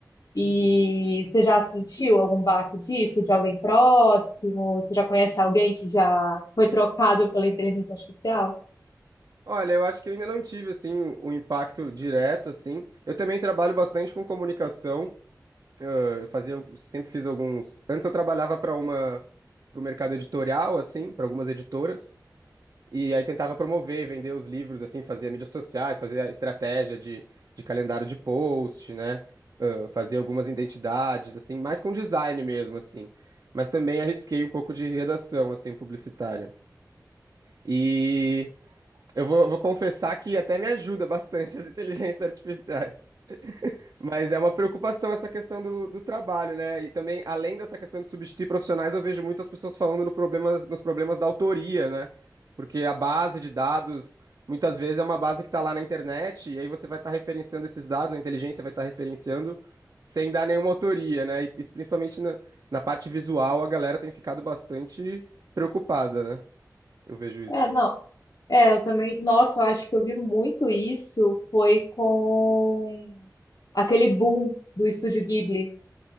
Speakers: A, on the left; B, on the right.
A: E você já sentiu algum baque disso, de alguém próximo? Você já conhece alguém que já foi trocado pela inteligência artificial?
B: Olha, eu acho que eu ainda não tive, assim, um impacto direto, assim. Eu também trabalho bastante com comunicação. ãh, Eu fazia, sempre fiz alguns... Antes eu trabalhava para uma... para o mercado editorial, assim, para algumas editoras. E aí tentava promover, vender os livros, assim, fazia mídias sociais, fazia estratégia de, de calendário de post, né? Ah, fazia algumas identidades, assim, mais com design mesmo, assim. Mas também arrisquei um pouco de redação, assim, publicitária. E eu vou, vou confessar que até me ajuda bastante <laughs> as inteligências artificiais. Mas é uma preocupação essa questão do, do trabalho, né? E também, além dessa questão de substituir profissionais, eu vejo muitas pessoas falando no problemas, nos problemas da autoria, né? Porque a base de dados, muitas vezes, é uma base que está lá na internet, e aí você vai estar referenciando esses dados, a inteligência vai estar referenciando sem dar nenhuma autoria, né? E isso principalmente na, na parte visual, a galera tem ficado bastante preocupada, né? Eu vejo isso.
A: É, não. É, eu também. Nossa, eu acho que eu vi muito isso. Foi com aquele boom do Estúdio Ghibli.